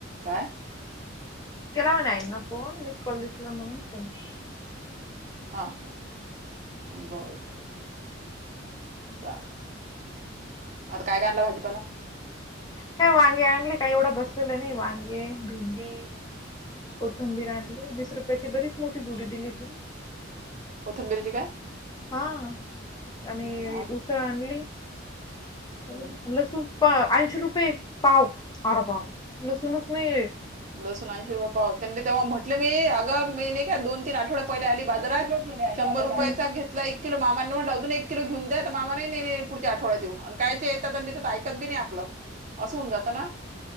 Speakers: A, on the right; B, on the left.
A: काय?
B: केला मी फोन मिस कॉल दिसला म्हणून फोन केला.
A: हा हा बर बर. ठीक चल आता काय काय आणला भाजीपाला?
B: काय वांगे आणली काही एवढं बसलेलं नाही वांगे भिंडी. कोथंबीर आणली वीस रुपयाची बरीच मोठी जुडी दिली तिने.
A: कोथंबिरीची काय?
B: हा आणि
A: हम्म आत-
B: उसळ आणली ल
A: हम्म.
B: लसूण. पं ऐशी रुपये पाव, आर बाव, लसूणच नाहीए.
A: लसून ऐंशी रुपये पाव त्यांनी तेव्हा म्हटलं मी अगा मी नाय का दोन त आठवड पहिलं आली बाजारात शंभर
B: हम्म
A: रुपयाचा घेतलाएक किलो मामा म्हटलं अजून एक किलो घेऊन द्या तर मामा नाही नाही पुढच्या आठवड्या देऊ आणि काय ते ऐकत बी नाय आपल. असं होऊन जात ना